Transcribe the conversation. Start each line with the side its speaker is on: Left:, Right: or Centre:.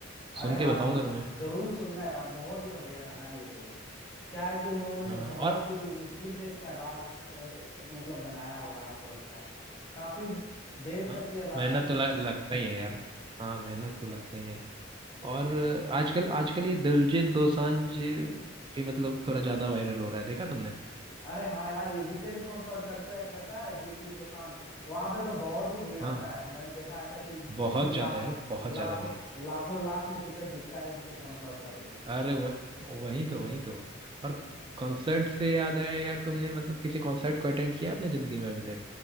Left: अरे
Right: सुन
Left: हाँ
Right: के बताऊंगा
Left: ज,
Right: तुम्हें
Left: जरूर सुनना यार बहुत ही बढ़िया गाना है ये तो क्या है कि उन्होंने
Right: हाँ
Left: बहुत
Right: और
Left: ही मुश्किल से इसका राग स- अ, मतलब बनाया होगा हमको लगता है काफी देर
Right: हाँ,
Left: तक ये राग
Right: मेहनत
Left: को खींचते
Right: तो ल- लगता ही है यार हाँ मेहनत तो लगता ही है
Left: हम्म
Right: और आजकल आजकल ये दिलजीत दोसांझ भी मतलब थोड़ा ज्यादा वायरल हो रहा है देखा तुमने
Left: अरे हाँ यार ये जितने भी कॉन्सर्ट करते हैं करता है दिलजीत दोसांझ वहां पे तो बहुत ही भीड़
Right: हाँ
Left: आता है मैंने देखा ऐसा कि कितने
Right: बहुत
Left: लाख
Right: ज्यादा यार बहुत
Left: लाखों
Right: ज्यादा भी
Left: लाखों लाख में टिकट बिकता है उनके कॉन्सर्ट का तो
Right: अरे वह वही तो वही तो और कॉन्सर्ट से याद आया यार तुमने मतलब किसी कॉन्सर्ट को अटेंड किया अपने जिंदगी में अभी तक